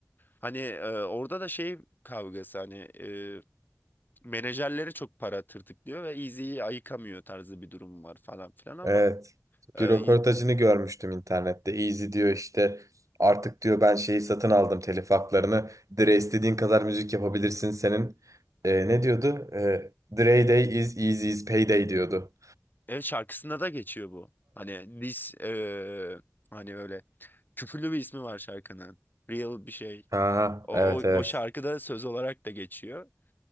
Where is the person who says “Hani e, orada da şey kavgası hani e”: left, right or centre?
Left